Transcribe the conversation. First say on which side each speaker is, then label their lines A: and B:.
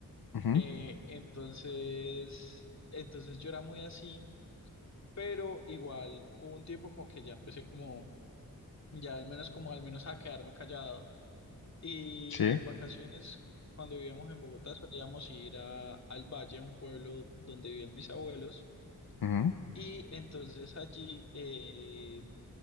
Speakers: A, on the left (about 75°); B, on the left (about 50°).
A: ujú,
B: Eh, entonces, entonces yo era muy así, pero igual hubo un tiempo como que ya empecé como, ya al menos como al menos a quedarme callado. Y
A: Sí.
B: en vacaciones, cuando vivíamos en Bogotá, solíamos ir a, al valle, a un pueblo donde vivían mis abuelos.
A: ujú,
B: Y entonces allí eh,